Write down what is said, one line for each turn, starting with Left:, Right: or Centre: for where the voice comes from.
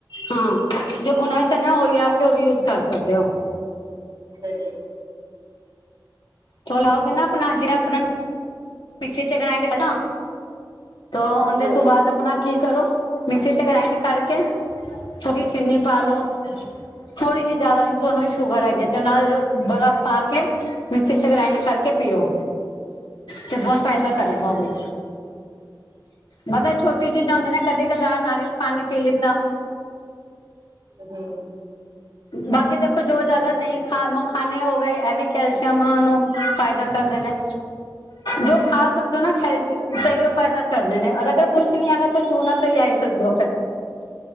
Left: ਹਾਂ, ਜੋ ਭੂਨਾ ਐ ਚਨਾ ਓ ਲਿਆ ਕੇ ਓ ਵੀ ਯੂਜ਼ ਕਰ ਸਕਦੇ ਓ।
Right: ਅੱਛਾ ਜੀ।
Left: ਚ ਲਾਓਗੇ ਨਾ ਆਪਨਾ ਜੜਾ ਆਪਨਾ ਮਿਕਸੀ 'ਚ ਗ੍ਰੈਂਡ ਕਰਨਾ ਤੋਂ ਓਂਦੇ
Right: ਅੱਛਾ
Left: ਤੋਂ
Right: ਜੀ,
Left: ਬਾਦ ਆਪਨਾ ਕੀ ਕਰੋ, ਮਿਕਸੀ 'ਚ ਗ੍ਰਾਇੰਡ ਕਰਕੇ ਥੋੜੀ ਚੀਨੀ ਪਾ ਲੋ ਥੋੜੀ ਜੀ, ਜਿਆਦਾ ਨੀ। ਜੇ ਓਨਾਂ ਨੂੰ ਸ਼ੂਗਰ ਹੈਗੀ ਏ ਤੇ ਨਾਲ ਬਰਫ਼ ਪਾ ਕੇ ਮਿਕਸੀ 'ਚ ਗ੍ਰਾਇੰਡ ਕਰਕੇ ਪੀਓ। ਤੇ ਬੋਤ ਫਾਇਦਾ ਕਰੇਗਾ
Right: ਅੱਛਾ
Left: ਓ ਵੀ।
Right: ਜੀ।
Left: ਮਤਬ ਛੋਟੀ
Right: ਠੀਕ
Left: ਚੀਜਾਂ
Right: ਹੈ ਜੀ,
Left: ਹੁੰਦੀਐਂ ਨਾ ਕਦੀ ਧਾ ਨਾਰੀਅਲ ਪਾਨੀ ਪੀ ਲਿੱਤਾ
Right: ਤੇ ਹੂੰ।
Left: ਬਾਕੀ ਦੇਖੋ ਜੋ
Right: ਅੱਛਾ-ਅੱਛਾ,
Left: ਜਾਦਾ ਨਈ ਖਾ ਮ ਖਾਨੇ ਹੋ ਗਏ ਐ ਵੀ ਕੈਲਸ਼ੀਅਮ ਨੂੰ ਓਨੂੰ ਫਾਇਦਾ ਕਰਦੇ ਨੇ। ਜੋ ਖਾਸ ਸਕਦੇ
Right: ਅੱਛਾ
Left: ਓ ਨਾ ਖੈਲਸ਼ੀਅ
Right: ਜੀ।
Left: ਅਈਯੋ ਫਾਈਦਾ ਕਰਦੇ ਨੇ। ਅਗਰ ਜੇ ਕੁੱਛ ਨੀ ਹੈਗਾ ਤੇ ਚੂਨਾ ਤੇ ਲਿਆ ਈ ਸਕਦੇ ਓ ਫੇਰ।